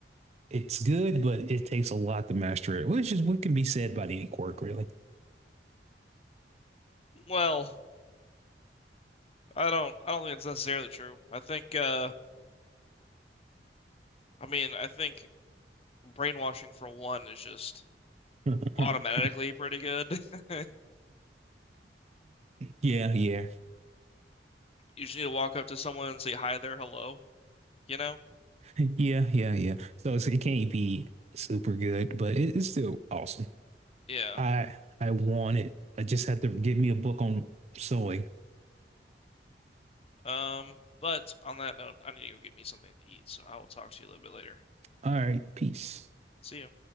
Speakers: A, on the right; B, on the left.
A: it's good, but it takes a lot to master it, which is what can be said about any quirk, really.
B: Well, I don't. I don't think it's necessarily true. I think. Uh, I mean, I think brainwashing for one is just
A: <laughs> yeah,
B: automatically pretty good. <laughs>
A: yeah, <laughs>
B: You just need to walk up to someone and say hi there, hello. You know?
A: yeah, yeah, yeah. So it's, it can't be super good, but it, it's still awesome.
B: Yeah.
A: I I want it. I just had to get me a book on sewing.
B: Um, but on that note, I need to go get me something to eat, so I will talk to you a little bit later.
A: All right, peace.
B: See you.